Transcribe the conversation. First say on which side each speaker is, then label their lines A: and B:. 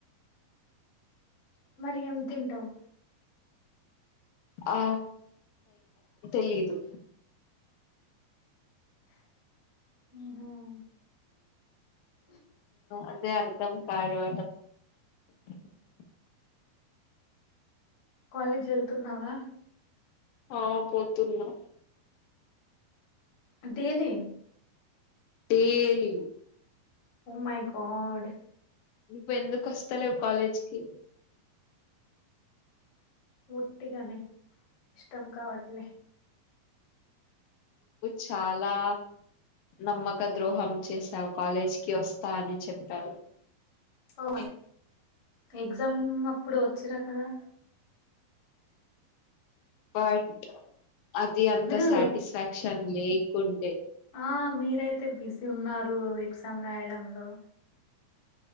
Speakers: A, on the left (about 55°); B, on the left (about 75°).
A: మరి ఎం తింటావు
B: ఆ తెలిదు
A: హ
B: అదే అర్ధం కావా <unintelligible>
A: కాలేజ్ వెళ్తున్నావా
B: ఆ పోతున్నా
A: ఢేలీ
B: డైలీ
A: ఓ మై గడ్
B: నువు ఎందుకు వస్తలే్ కాలేజ్కిి
A: బట్గానే ఇష్టంకా వాట్లే
B: చాలా నమ్మక ద్రోహం చేసావు కాలేజీకిి వస్తా అని చెప్పావు
A: అ ఎగ్జామ్ అప్పుడు వచ్చిన కదా
B: బట్ అది అంత
A: మీరు
B: సాటిస్ఫాక్షన్ లేకుండే
A: ఆ మీరైతే బిజీ ఉన్నారు ఎగ్జామ్ రాయడంలో